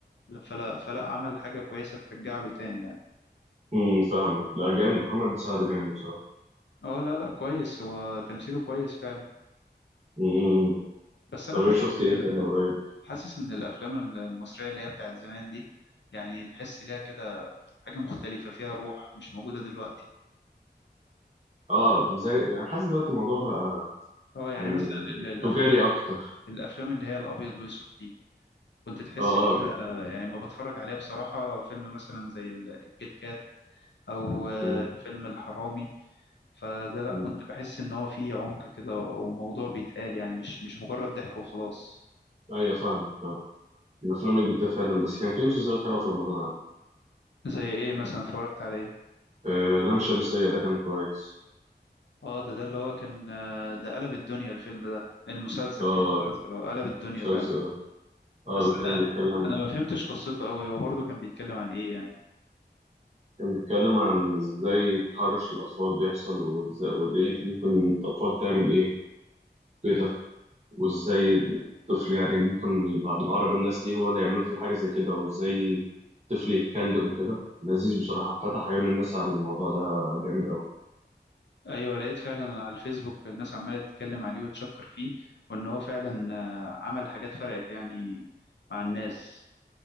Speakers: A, on the left (about 80°); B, on the right (about 40°).
A: فلا فلا عمل حاجة كويسة ترجع له تاني يعني
B: مم. فاهمك لا جامد محمد سعد جامد بصراحه
A: اه لا لا كويس هو تمثيله كويس فعلا
B: مم.
A: بس انا
B: طب
A: حاسس
B: ايه شفت
A: إن
B: ايه
A: ال-
B: تاني قريب؟
A: حاسس ان الافلام المصرية اللي هي بتاعت زمان دي يعني تحس ليها كده حاجة مختلفة فيها روح مش موجودة دلوقتي
B: اه زي يعني حاسس دلوقتي الموضوع بقى
A: اه يعني
B: يعني
A: مثلا ال- الافلام
B: تجاري اكتر
A: الافلام اللي هي الابيض والاسود كنت تحس
B: اه
A: كده
B: اه كده
A: يعني لما بتفرج عليها بصراحة فيلم مثلا زي ال- الكيت كات أو آه،
B: مم.
A: فيلم الحرامي فده لأ
B: مم.
A: كنت بحس إن هو فيه عمق كده وموضوع بيتقال يعني مش مش مجرد ضحك وخلاص
B: ايوه فاهمك فاهمك الافلام الجديده فعلا بس كان في مسلسلات حلوه في رمضان
A: زي إيه مثلا اتفرجت عليه
B: آه لام شمسية ده كان كويس
A: اه ده ده اللي هو كان آه، ده قلب الدنيا الفيلم ده المسلسل
B: اه
A: كان مسلسل آه، قلب الدنيا
B: مسلسل
A: فعلا
B: اه
A: بس
B: كان
A: أنا
B: بيتكلم
A: أنا ما فهمتش قصته أوي هو برضه كان بيتكلم عن إيه يعني
B: كان بيتكلم عن ازاي تحرش الأطفال بيحصل وازاي وليه ممكن الأطفال تعمل ايه كده وازاي الطفل يعني ممكن يبقى من أقرب الناس ليه هو اللي يعملوا فيه حاجة زي كده وازاي الطفل يتكلم وكده لذيذ بصراحة فتح عيون الناس عن الموضوع ده جامد أوي
A: ايوه لقيت فعلا على الفيسبوك الناس عماله تتكلم عليه وتشكر فيه وان هو فعلا آه، عمل حاجات فرقت يعني مع الناس